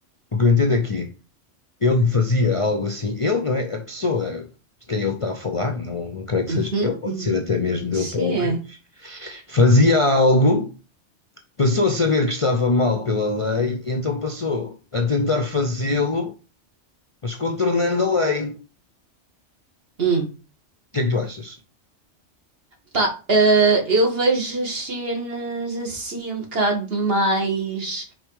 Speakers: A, on the left (about 35°); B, on the right (about 55°).
A: O que eu entendo aqui, ele fazia algo assim. Ele não é a pessoa de quem ele está a falar, não, não creio que
B: uhum,
A: seja ele, pode
B: uhum.
A: ser até mesmo dele
B: Sim,
A: próprio. Fazia algo. Passou a saber que estava mal pela lei, e então passou a tentar fazê-lo, mas contornando a lei. O
B: é.
A: que é que tu achas?
B: Pá, eh, eu vejo as cenas assim um bocado mais